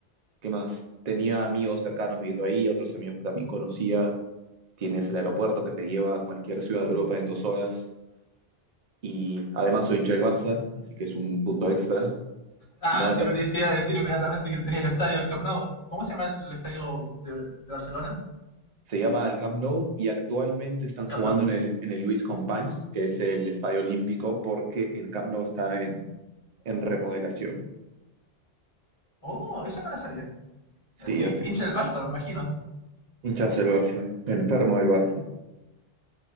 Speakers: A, on the right; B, on the left.
A: ¿Qué más? Tenía amigos cercanos viviendo ahí, otros amigos que también conocía. Tienes el aeropuerto que te lleva a cualquier ciudad de Europa en dos horas. Y además soy hincha del Barça, así que es un punto extra.
B: Ah,
A: No me
B: sí,
A: tra-
B: te, te iba a decir inmediatamente que tenía el estadio, el Camp Nou. ¿Cómo se llama el estadio de, de Barcelona?
A: se llama el Camp Nou y actualmente están
B: Camp
A: jugando
B: Nou.
A: en el, en el Luis Companys, que es el estadio olímpico, porque el Camp Nou está en remodelación.
B: Oh, esa me la sabía. Así,
A: Sí, hace
B: hincha del Barça, me imagino.
A: hinchazo del Barça, enfermo del Barça.